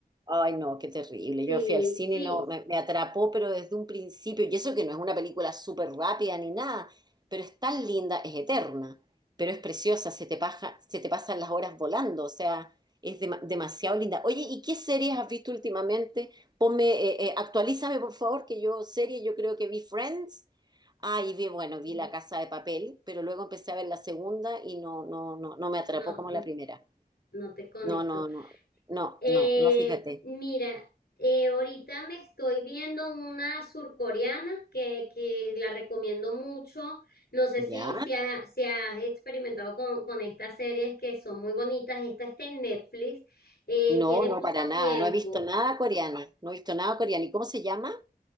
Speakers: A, on the right; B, on the left.
A: ay, no, qué terrible.
B: Sí,
A: Yo fui al cine
B: sí,
A: y no, me, me atrapó, pero desde un principio. Y eso que no es una película súper rápida ni nada, pero es tan linda, es eterna, pero es preciosa, se te paja, se te pasan las horas volando, o sea, es dema- demasiado linda. Oye, ¿y qué series has visto últimamente? Ponme, eh, eh, actualízame, por favor, que yo serie, yo creo que vi Friends. Ah, y vi, bueno, vi
B: <laughs>
A: La Casa de Papel, pero luego empecé a ver la segunda y no, no, no, no me atrapó
B: no,
A: como la primera.
B: no te conecto.
A: No, no, no, no,
B: Eh,
A: no, no, fíjate.
B: mira, eh, ahorita me estoy viendo una surcoreana que, que la recomiendo mucho. No sé
A: ¿Ya?
B: si, si, ha- si has experimentado con, con estas series que son muy bonitas. Esta está en Netflix, eh,
A: No,
B: tiene
A: no,
B: poco
A: para nada.
B: tiempo.
A: No he visto nada coreano. No he visto nada coreano. ¿Y cómo se llama?